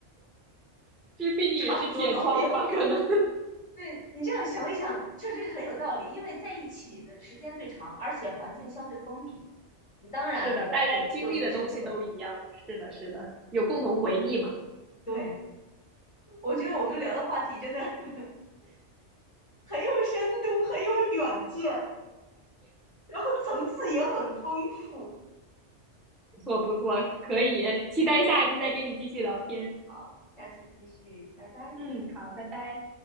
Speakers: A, in the centre; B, on the left.
A: <laughs> 这毕竟也是铁窗吧，
B: <laughs> 差不多老友，
A: 可能。
B: 嗯。对你这样想一想，确实是很有道理，因为在一起的时间最长，而且环境相对封闭，你当然友谊就越深刻。
A: 是的，大家经历的东西都一样，是的，是的，有共同回忆嘛，
B: 对，我觉得我们聊的话题真的 <laughs> 很有深度，很有远见，然后层次也很丰富。
A: 不错，不错，可以，期待下一次再跟你继续聊天。
B: 好，下次继续，拜拜。
A: 嗯，好，拜拜。